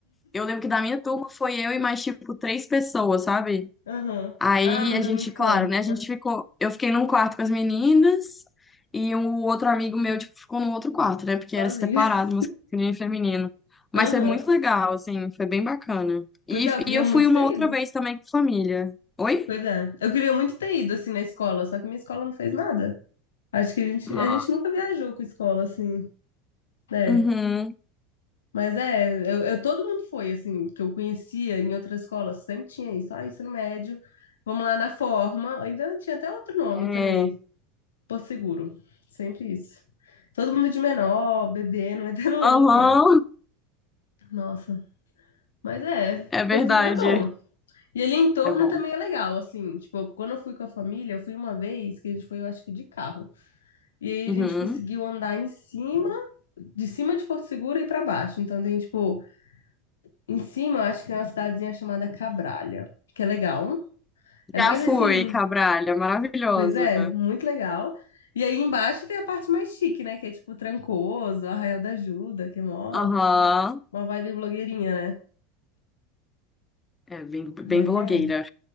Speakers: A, on the left; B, on the left.
A: eu lembro que da minha turma foi eu e mais, tipo, três pessoas, sabe?
B: Aham.
A: Aí
B: Ah, não
A: a
B: deu
A: gente,
B: muito
A: claro,
B: coro.
A: né? A gente ficou. Eu fiquei num quarto com as meninas e um outro amigo meu, tipo, ficou no outro quarto, né? Porque
B: Sozinha.
A: era separado,
B: <laughs>
A: masculino e feminino. Mas
B: Aham.
A: foi muito legal, assim, foi bem bacana. E,
B: Pois é, eu queria
A: e eu
B: muito
A: fui uma
B: ter
A: outra
B: ido.
A: vez também com família. Oi?
B: Pois é. Eu queria muito ter ido, assim, na escola, só que minha escola não fez nada. Acho que a gente,
A: Ah,
B: a gente nunca viajou com escola, assim, né?
A: uhum.
B: Mas é, eu, eu- todo mundo foi, assim, que eu conhecia em outras escolas, sempre tinha isso. Ah, ensino médio, vamos lá na forma. Ainda tinha até outro nome
A: É.
B: também, Porto Seguro. Sempre isso. Todo mundo de menor, bebendo, <laughs> metendo louco
A: Aham,
B: lá. Nossa. Mas é,
A: é verdade.
B: Porto Seguro é bom. E ali em torno
A: É bom.
B: também é legal, assim, tipo, quando eu fui com a família, eu fui uma vez, que a gente foi, eu acho que de carro. E aí
A: Uhum.
B: a gente conseguiu andar em cima, de cima de Porto Seguro e pra baixo. Então tem, tipo, em cima, eu acho que tem uma cidadezinha chamada Cabralha, que é legal. É
A: Já
B: mais
A: fui,
B: assim,
A: Cabralha, maravilhosa.
B: pois é, muito legal. E aí embaixo tem a parte mais chique, né, que é tipo Trancoso, Arraial da Ajuda, que é mó,
A: Aham,
B: uma vibe blogueirinha, né?
A: É bem, bem
B: Mas
A: blogueira.
B: é,